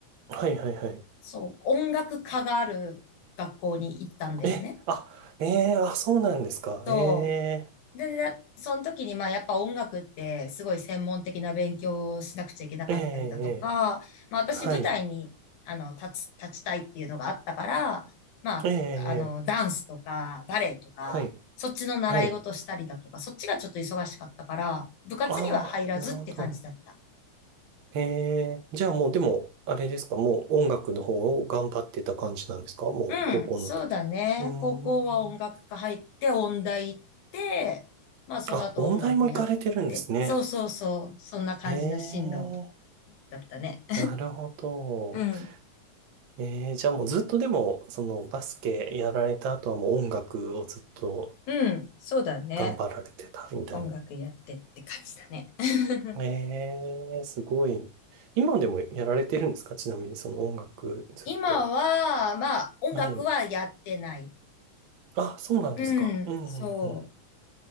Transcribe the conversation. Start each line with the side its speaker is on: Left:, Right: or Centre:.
Right: はい、はい、はい。
Left: そう、音楽科がある学校に行ったんだよね。
Right: え、あ、ええあ、そうなんですか。
Left: そ
Right: ええ
Left: う。で、でその時に、まあ、やっぱ音楽って、すごい専門的な勉強をしなくちゃいけなかったりだとか、
Right: えええ
Left: まあ、私、
Right: えはい。
Left: 舞台に、あの、立つ、立ちたいっていうのがあったから、まあ、
Right: ええ
Left: あの、
Right: ええ
Left: ダンスとか、バレエとか、
Right: はい。
Left: そっちの習い事したりだとか、
Right: はい。
Left: そっちがちょっと忙しかったから、部活には入らずって感じだった。
Right: ああ、なるほど。ええじゃあもう、でも、あれですか、もう音楽の方を頑張ってた感じなんですかもう、
Left: うん、
Right: 高校の時は。
Left: そうだね。
Right: うーん。
Left: 高校は音楽科入って、音大行って、まあ、その後音楽やって、
Right: あ、音大も行かれてるんですね。
Left: そうそうそう、そんな感じな進路
Right: ええ
Left: だったね。
Right: なるほど。
Left: うん。
Right: ええじゃあもうずっとでも、そのバスケやられた後はもう音楽をずっと
Left: うん。そうだね。
Right: 頑張られてたみたいな。
Left: 音楽やってって感じだね。<laughs>
Right: ええ、すごい。今でもやられてるんですかちなみにその音楽ずっと。
Left: 今は、まあ、音楽はやってない。
Right: はい。あ、そうなんですか。
Left: うん。
Right: うんうんうん。
Left: そ